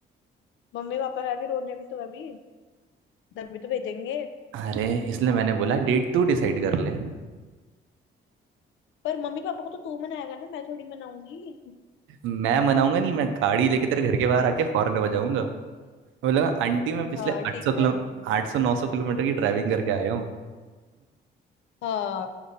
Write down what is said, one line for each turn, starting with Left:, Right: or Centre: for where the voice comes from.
Left: मम्मी पापा के आगे रोने भी तो अभी तभी तो भेजेंगे
Right: अरे इसलिए मैंने बोला डेट तू डिसाइड कर ले
Left: पर मम्मी पापा को तो तू मनाएगा ना मैं थोड़ी मनाऊंगी
Right: मैं मनाऊंगा नहीं मैं गाड़ी लेके तेरे घर के बाहर आके हॉर्न बजाऊंगा बोलेगा आंटी मैं पिछले
Left: हाँ ठीक
Right: आठ सौ किलो
Left: है
Right: आठ सौ नौ सौ किलोमीटर की ड्राइविंग करके आया हूँ
Left: हाँ